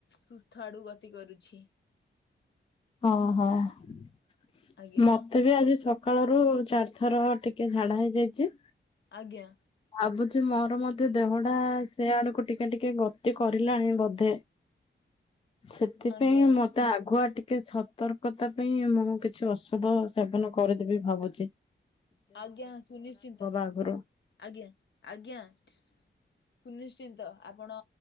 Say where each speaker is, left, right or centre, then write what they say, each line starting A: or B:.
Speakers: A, on the left (about 65°); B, on the left (about 30°).
A: ସୁସ୍ଥ ଆଡୁ ଗତି କରୁଛି।
B: ହଁ ହଁ। ମ
A: ଆଜ୍ଞା
B: ମତେ ବି ଆଜି ସକାଳରୁ ଚାରିଥର ଟିକିଏ ଝାଡ଼ା ହେଇଯାଇଚି।
A: ଆଜ୍ଞା।
B: ଭାବୁଚି ମୋର ମଧ୍ୟେ ଦେହଟା ସିଆଡକୁ ଟିକେ ଟିକେ ଗତି କରିଲାଣି ବୋଧେ। ସେଥିପାଇଁ
A: ଆଜ୍ଞା
B: ମ ମତେ ଆଘୁଆ ଟିକେ ସତର୍କତା ପାଇଁ ମୁଁ କିଛି ଔଷଧ ସେବନ କରିଦେବି ଭାବୁଚି।
A: ଆଜ୍ଞା ସୁନିଶ୍ଚିନ୍ତ।
B: ଆଗୁରୁ
A: ଆଜ୍ଞା। ଆଜ୍ଞା। ସୁନିଶ୍ ଶ୍ଚିନ୍ତ। ଆପଣ